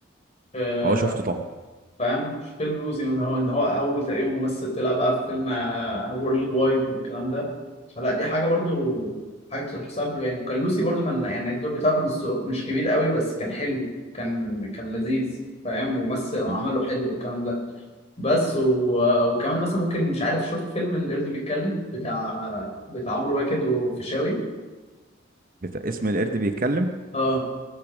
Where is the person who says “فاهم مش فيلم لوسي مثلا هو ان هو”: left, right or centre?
Left